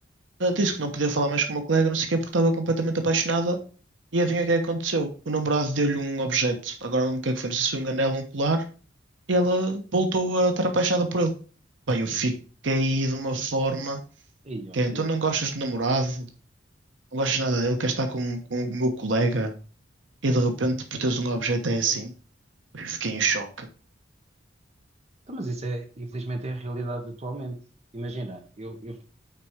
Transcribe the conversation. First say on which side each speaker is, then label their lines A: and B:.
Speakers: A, on the right; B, on the right.
A: Ela disse que não podia falar mais com o meu colega, não sei o quê, porque estava completamente apaixonada. E adivinha o que é que aconteceu? O namorado deu-lhe um objeto, agora não lembro o que é que foi, não sei se foi um anel, um colar, e ela voltou a estar apaixonada por ele. Bem, eu fiquei de uma forma
B: Aí, ok.
A: que é, então não gostas de namorado, não gostas nada dele, queres estar com, com o meu colega, e de repente por teres um objeto é assim. Eu fiquei em choque.
B: Então, mas isso é, infelizmente, é a realidade atualmente. Imagina, eu, eu